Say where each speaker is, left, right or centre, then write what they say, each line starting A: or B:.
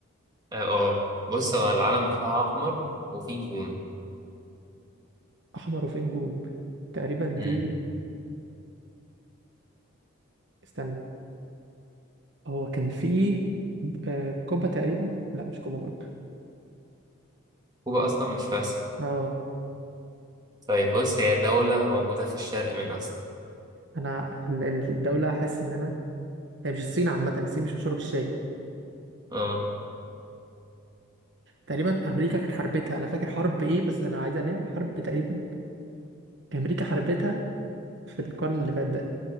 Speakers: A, on the right (about 20°); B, on the right (about 55°).
A: اه آه. بص هو العلم بتاعها احمر وفيه نجوم
B: احمر وفيه نجوم تقريبا
A: امم
B: دي استنى هو كان في آه، كوبا تقريبا لا مش كوبا برضه
A: كوبا اصلا مش في اسيا
B: اه
A: طيب بص هي دولة موجودة في الشرق من اسيا
B: انا ال- ال- الدوله حاسس ان انا هي مش الصين عامه الصين مش مشهوره بالشاي
A: اه
B: تقريبا امريكا كانت حربتها انا فاكر حرب ايه بس انا عايز انام حرب تقريبا امريكا حربتها في القرن اللي فات ده